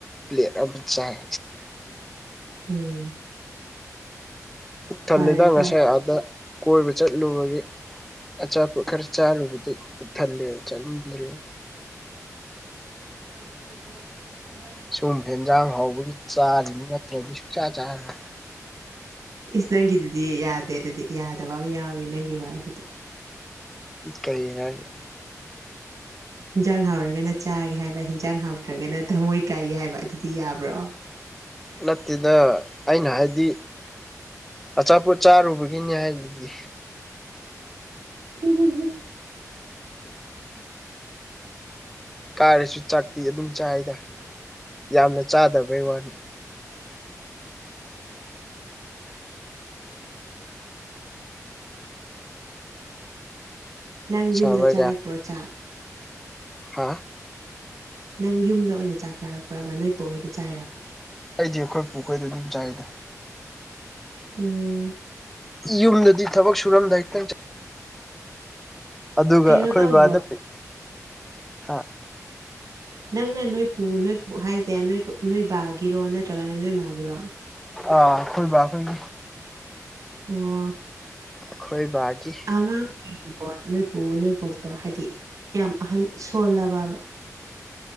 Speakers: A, in the centre; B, on the right.
A: ꯄ꯭ꯂꯦꯠ ꯑꯃ ꯆꯥꯏ
B: ꯎꯝ
A: ꯛ ꯊꯜꯂꯤꯗ
B: ꯐꯔꯦ ꯐꯔꯦ
A: ꯉꯁꯥꯏ ꯑꯥꯗ ꯀꯣꯏꯕ ꯆꯠꯂꯨꯕꯒꯤ ꯑꯆꯥꯄꯣꯠ ꯈꯔ ꯆꯥꯔꯨꯕꯗꯩꯩ ꯊꯜꯂꯦꯕ ꯆꯥꯅꯤꯡꯗ꯭ꯔꯦ
B: <unintelligible>
A: ꯁꯨꯝ ꯍꯦꯟꯖꯥꯡ ꯍꯧꯕꯒꯤ ꯆꯥꯔꯤꯅꯤ ꯅꯠꯇ꯭ꯔꯗꯤ ꯁꯨꯡꯆꯥ ꯆꯥꯔ
B: ꯏꯁ ꯅꯪꯒꯤꯗꯨꯗꯤ ꯌꯥꯗꯦ ꯑꯗꯨꯗꯤ ꯌꯥꯗꯕ ꯑꯃ ꯌꯥꯎꯔꯤ ꯅꯪꯒꯤ ꯋꯥ ꯑꯗꯨꯗꯤ
A: ꯀꯩꯅꯦ
B: <inaudible> ꯍꯟꯖꯥꯡ ꯍꯥꯎꯔꯒꯅ ꯆꯥꯒꯦ ꯍꯥꯏꯕ ꯍꯟꯖꯥꯡ ꯍꯥꯎꯇ꯭ꯔꯒꯅ ꯊꯃꯣꯏ ꯀꯥꯏꯒꯦ ꯍꯥꯏꯕ ꯑꯗꯨꯗꯤ ꯌꯥꯕ꯭ꯔꯣ
A: ꯅꯠꯇꯦꯗ ꯑꯩꯅ ꯍꯥꯏꯕꯗꯤ ꯑꯆꯥꯄꯣꯠ ꯆꯥꯔꯨꯕꯒꯤꯅꯤ ꯍꯥꯏꯗꯨꯗꯤ
B: ꯎꯝꯨꯝ ꯎꯝ ꯎꯝ
A: ꯀꯥꯏꯔꯁꯨ ꯆꯥꯛꯇꯤ ꯑꯗꯨꯝ ꯆꯥꯏꯗ ꯌꯥꯝꯅ ꯆꯥꯗꯕꯩ ꯋꯥꯅꯤ
B: ꯅꯪ ꯌꯨꯝꯗ
A: ꯁꯥꯕ
B: ꯆꯥꯔꯛꯄ꯭ꯔꯣ ꯆꯥꯛ
A: ꯍꯥꯥ
B: ꯅꯪ ꯌꯨꯝꯗ ꯑꯣꯏꯅ ꯆꯥꯛ ꯆꯥꯔꯛꯄ꯭ꯔꯕ ꯅꯣꯏ ꯄꯣꯛꯍꯣꯏꯗ ꯆꯥꯏꯔꯕ
A: ꯑꯩꯗꯤ ꯑꯩꯈꯣꯏ ꯄꯨꯈꯣꯏꯗ ꯑꯗꯨꯝ ꯆꯥꯏꯗ
B: ꯎꯝ
A: ꯌꯨꯝꯗꯗꯤ ꯊꯕꯛ ꯁꯨꯔꯝꯗꯥꯏ ꯍꯈꯤꯛꯇꯪ ꯑꯗꯨꯒ
B: ꯀꯩꯅꯣ
A: ꯑꯩꯈꯣꯏ
B: ꯇꯧꯕ꯭ꯔꯣ
A: ꯕꯥꯗ ꯍꯥ
B: ꯅꯪꯅ ꯅꯣꯏ ꯄꯨꯨ ꯅꯣꯏ ꯍꯥꯏꯁꯦ ꯅꯣꯏ ꯅꯣꯏꯕꯥꯒꯤꯔꯣ ꯅꯠꯇ꯭ꯔꯒꯅ ꯅꯣꯏ ꯃꯥꯒꯤꯔꯣ
A: ꯑꯥꯈꯣꯏꯕꯈꯣꯏ
B: ꯑꯣ
A: ꯈꯣꯏꯕꯒꯤ
B: ꯑꯉꯥꯡꯕꯣ ꯅꯣꯏꯕꯨ ꯅꯣꯏꯕꯣꯛꯇꯣ ꯍꯥꯏꯗꯤ ꯌꯥꯝ ꯑꯍꯟ ꯁꯣꯜꯂꯕꯕ